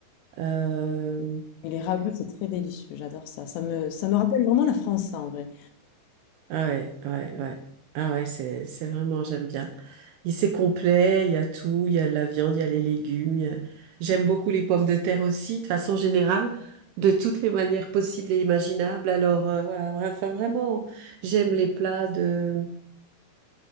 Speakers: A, on the right (about 80°); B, on the left (about 75°).
A: Euh,
B: Et les ragoûts, c'est très délicieux, j'adore ça. Ça me, ça me rappelle vraiment la France, ça, en vrai.
A: Ah ouais, ouais, ouais. Ah ouais, c'est, c'est vraiment, j'aime bien. Il c'est complet, il y a tout, il y a de la viande, il y a les légumes. il y a- J'aime beaucoup les pommes de terre aussi, de façon générale, de toutes les manières possibles et imaginables. Alors euh, voilà, vra- enfin, vraiment, j'aime les plats de,